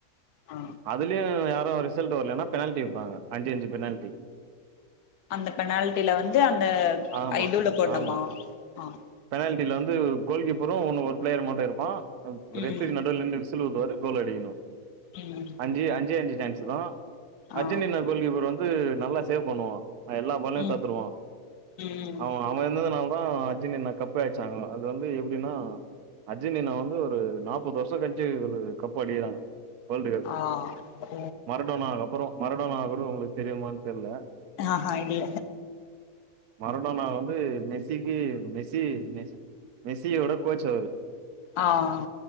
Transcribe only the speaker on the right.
அதுலயு ரிசல்ட் வரலன்னா பெனால்ட்டி வப்பாங்க அஞ்சு அஞ்சு பெனால்ட்டி
ஆமா
ஆமா
பெனால்டில வந்து கோல் கீப்பரும் ஒன்னு ஒரு பிளேயர் மட்டும் இருப்பான் அ
ரெஃப்ரி ந நடல சொல்லுவது வர கோல் அடிக்கணும்
அஞ்சு அஞ்சே அஞ்சு ரண்ட்ஸ் தா
அஜனின்ன கோல் கிப்பர் ஓன் இது நல்லா சேவ் பண்ணுவா எல்லா பால்லையு
தோத்துருவான்
அவன் அவன் இருந்ததுனா அ அஜுன் என்ன கப்பு அயச்சாங்க அது வந்து எப்படின்னா அர்ஜென்டினா வந்து ஒரு நாப்பது வருஷம் கழிச்சி ஒரு கப்பு அடிக்கிறாங்க வேர்ல்டு கப்
மரடோனாக்கு அப்றம் மரடோனா கூட உங்களுக்கு தெரியுமான்னு தெரில
மரடோனா வந்து மெஸ்ஸிக்கு மெஸ் மெஷி மெஷி மெஸியோட கோச் அவரு